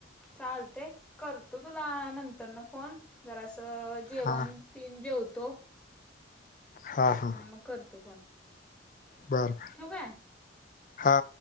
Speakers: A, in the centre; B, on the left (about 40°).
A: चालते करतो तुला नंतर न फोन जरासा अ जेवण
B: हां
A: तीन जेवतो
B: हां हां
A: आणि मग करतो फोन.
B: बरं
A: ठेवू काय
B: हा.